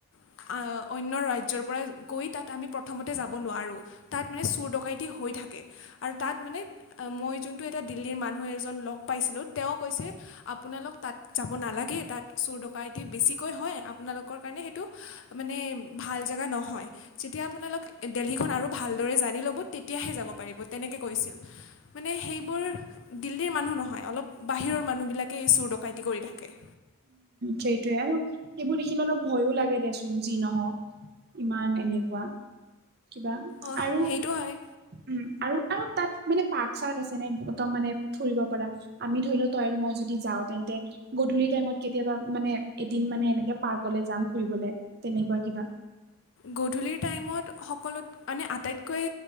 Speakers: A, on the left (about 60°); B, on the right (about 45°).
A: আ অন্য ৰাজ্যৰ পৰা গৈ তাত আমি প্ৰথমতে যাব নোৱাৰোঁ। তাত মানে চোৰ ডকাইটি হৈ থাকে আৰু তাত মানে আ মই যোনটো এটা দিল্লীৰ মানুহ এজন লগ পাইছিলোঁ তেওঁ কৈছে আপোনালোক তাত যাব নালাগে, তাত চোৰ ডকাইটি বেছিকৈ হয়। আপোনালোকৰ কাৰণে সেইটো মানে ভাল জেগা নহয়। যেতিয়া আপোনালোক দেলহিখন আৰু ভালদৰে জানি ল'ব তেতিয়াহে যাব পাৰিব তেনেকে কৈছিল। মনে সেইবোৰ দিল্লীৰ মানুহ নহয় অলপ বাহিৰৰ মানুহবিলাকেই চোৰ ডকাইটি কৰি থাকে।
B: যেইটোয়ে আৰু সেইবোৰ দেখিলে অলপ ভয়ো লাগে দেচোন যি নহওক। ইমান এনেকুৱা কিবা
A: অঁ
B: আৰু
A: সেইটো হয়
B: উম আৰু, আৰুত তাত মানে পাৰ্ক চাৰ্ক আছে নে একদম মানে ফুৰিব পাৰা আমি ধৰি ল তই আৰু মই যদি যাওঁ তেন্তে গধূলি টাইমত কেত- কেতিয়াবা মানে এদিন মানে এনেকে পাৰ্কলে যাম ফুৰিবলে তেনেকুৱা কিবা?
A: গধূলিৰ টাইমত সকলোত মানে আটাইতকৈ